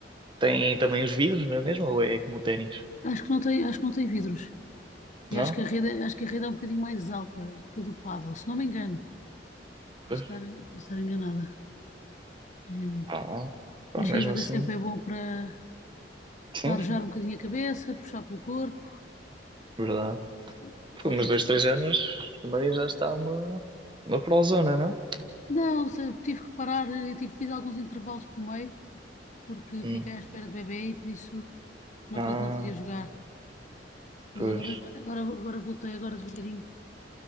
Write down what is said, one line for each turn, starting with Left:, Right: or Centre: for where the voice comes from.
Right: tem também os vidros, não é mesmo? Ou é como o ténis?
Left: Acho que não tem, acho que não tem vidros. E
Right: Não?
Left: acho que a rede, acho que a rede é um bocadinho mais alta do que a do paddle, se não me engano. Posso
Right: Pois.
Left: estar, posso estar enganada. Hum,
Right: Ah, pá,
Left: Mas
Right: mesmo
Left: sim, mas
Right: assim.
Left: é sempre é bom para,
Right: Sim,
Left: para arejar
Right: sim.
Left: um bocadinho a cabeça, puxar pelo corpo,
Right: Verdade.
Left: assim, qualquer
Right: Por uns dois,
Left: desporto.
Right: três anos, a Maria já está uma, uma prozona, não?
Left: Não, se- tive que parar, eh, tive, fiz alguns intervalos pelo meio, porque
Right: Hum.
Left: fiquei à espera do bebê e por isso não,
Right: Ah,
Left: cons- não podia jogar.
Right: pois.
Left: Mas agora, já- agora, agora voltei, agora devagarinho,